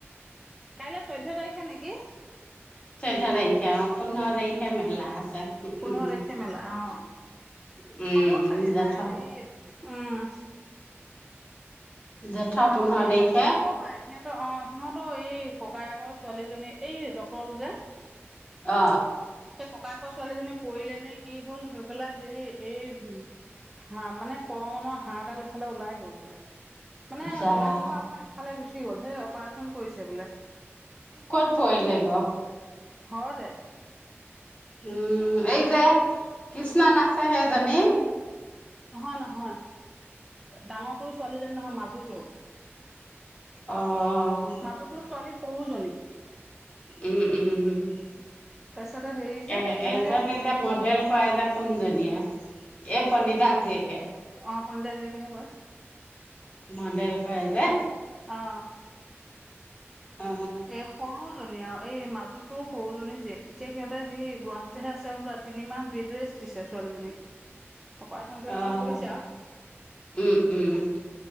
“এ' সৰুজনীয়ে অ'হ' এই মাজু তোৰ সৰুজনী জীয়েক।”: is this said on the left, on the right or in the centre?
Centre